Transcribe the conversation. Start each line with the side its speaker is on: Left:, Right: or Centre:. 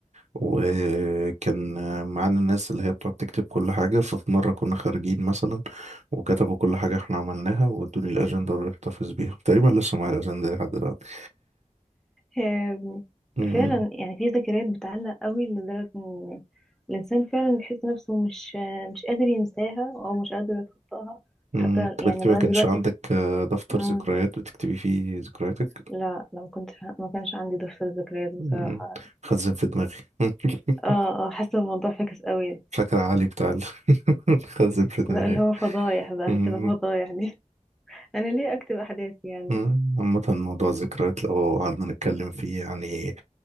Right: وكان معانا الناس اللي هي بتقعد تكتب كل حاجة ففي مرة كنا خارجين مثلا وكتبوا كل حاجة احنا عملناها وادوني الأجندة اللي احتفظ بيها تقريبا لسه معايا الأجندة دي لحد دلوقتي
Centre: آم،
Right: أمم،
Centre: فعلا يعني في ذكريات بتعلق قوي لدرجة ان الانسان فعلا بيحس نفسه مش مش قادر ينساها او مش قادر يتخطاها
Right: أمم،
Centre: حتى
Right: طب
Centre: يعني
Right: انت
Centre: لغاية
Right: ما كانش
Centre: دلوقتي
Right: عندك آه، دفتر
Centre: مم.
Right: ذكريات بتكتبي فيه ذكرياتك؟
Centre: لا لا ما كنت ما كانش عندي دفتر ذكريات بصراحة
Right: أمم، خزن في دماغي <laughs>
Centre: اه اه حاسة الموضوع فاكس قوي
Right: فاكر علي بتاع ال- <laughs> خزن في دماغي
Centre: لا اللي هو فضايح بقى
Right: أمم،
Centre: هتبقى فضايح دي <laughs> انا ليه اكتب احداث يعني
Right: أمم، عامة موضوع الذكريات لو قعدنا نتكلم فيه يعني